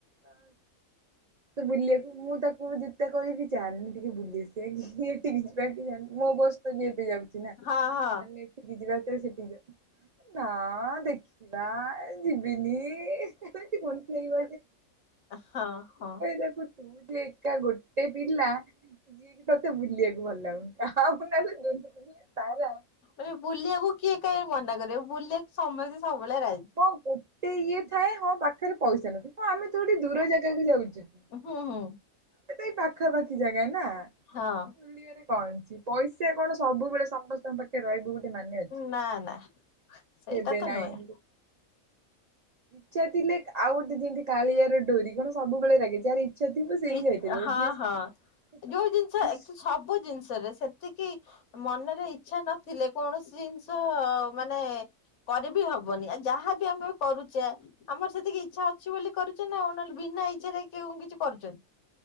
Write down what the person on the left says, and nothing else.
ହଁ - ହଁ।
ହଁ ହଁ
ଏ ବୁଲିବାକୁ କିଏ କାଇହିଁ ମନା କରିବ ବୁଲିବାକୁ ସମସ୍ତେ ସବୁବେଳେ ରା
ହୁଁ ହୁଁ
ହଁ
ନା ନା ସେଇଟା
ତ
ନୁହେଁ
ଇ-
ହଁ
ହଁ ଯୋଉ ଜିନିଷ
ଆକ୍ଚୁ- ସବୁ ଜିନିଷରେ ସେତିକି ମନରେ ଇଛା ନଥିଲେ କୌଣସି ଜିନିଷ ମାନେ କରିବି ହବନି ଆଉ ଯାହାବି ଆମେ କରୁଚେ ଆମର ସେତିକି ଇଚ୍ଛା ଅଛି ବୋଲି କରୁଛ ନା ଆଉ ନହେଲେ ବିନା ଇଛାରେ କେଉଁ କିଛି କରୁଛନ୍ତି।